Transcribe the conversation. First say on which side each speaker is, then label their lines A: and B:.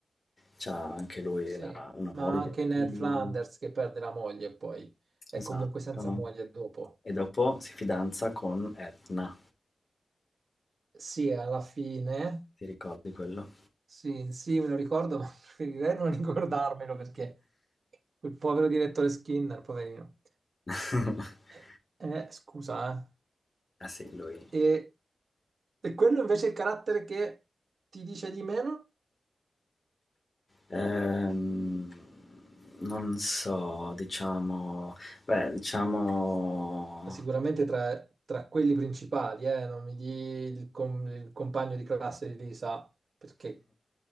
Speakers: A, on the left (about 35°); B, on the right (about 60°).
A: C'ha anche lui
B: Sì,
A: la- una
B: ma
A: moglie,
B: anche Ned
A: un
B: Flanders
A: figlio.
B: che perde la moglie poi, è
A: Esatto.
B: comunque senza moglie dopo.
A: E dopo si fidanza con Edna.
B: Sì, alla fine,
A: Ti ricordi quello?
B: sì, sì, me lo ricordo, ma <laughs> preferirei non ricordarmelo perché quel povero direttore Skinner, poverino.
A: <laughs>
B: Eh, eh, scusa,
A: Ah sì, lui.
B: eh. E, e quello invece è il carattere che ti dice di meno?
A: Ehm, non so, diciamo, beh, diciamo
B: Sicuramente tra, tra quelli principali, eh, non mi di il, com- il compagno di classe di Lisa, perché